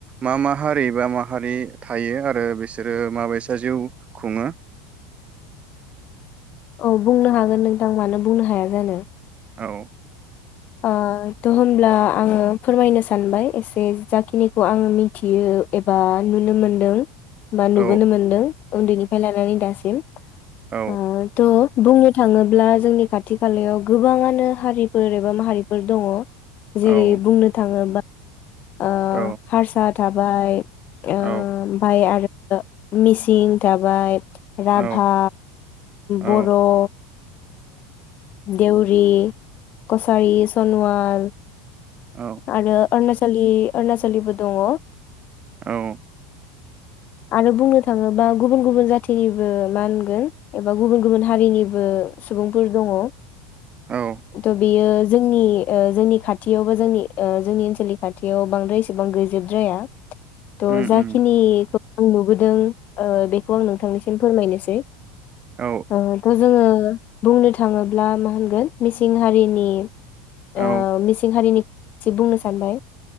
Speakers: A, on the right (about 30°); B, on the left (about 45°).
A: मा मा हारि बा माहारि थायो आरो बिसोरो माबायसा जिउ खुङो?
B: औ बुंनो हागोन नोंथां मानो बुंनो हाया जानो?
A: औ
B: ओ थ' होमब्ला आङो फोरमायनो सानबाय एसे जाखिनिखौ आङो मिथियो एबा नुनो मोनदों। बा
A: औ
B: नुबोनो मोनदों उन्दैनि ओ लानानै दासिम।
A: औ
B: ओ द' बुंनो थाङोब्ला जोंनि खाथि खालायाव गोबाङानो हारिफोर बा माहारिफोर दङ।
A: औ
B: जेरै बुंनो थाङोबा ओ
A: औ
B: हारसा थाबाय। ओ <unintelligible> ओमफाय
A: औ
B: आरो ओ मिसिं थाबाय राभा,
A: औ औ
B: बर' ओ देउरि, कसारि सन'वाल,
A: औ
B: आरो अरुणाचल खालि अरणाचलनिबो दङ।
A: औ
B: आरो बुंनो थाङोबा गुबुन गुबुन जाथिनिबो मा होनगोन एबा गुबुन गुबुन हारिनिबो सुबुंफोर दङ।
A: औ
B: थ' बेयो जोंनि ओ जोंनि खाथियाव बा जोंनि ओ जोंनि ओनसोलनि खाथियाव बांद्राय एसेबां गैजोब द्राया। थ'
A: उम
B: जाखिनि
A: उम
B: आं नुबोदों ओ बेखौ आं नोंथांनिसिम फोरमायनोसै,
A: औ
B: ओ थ' जोङो बुंनो थाङोब्ला मा होनगोन मिस सिं हारिनि
A: औ
B: ओ मिसिं हारिनि एसे बुंनो सानबाय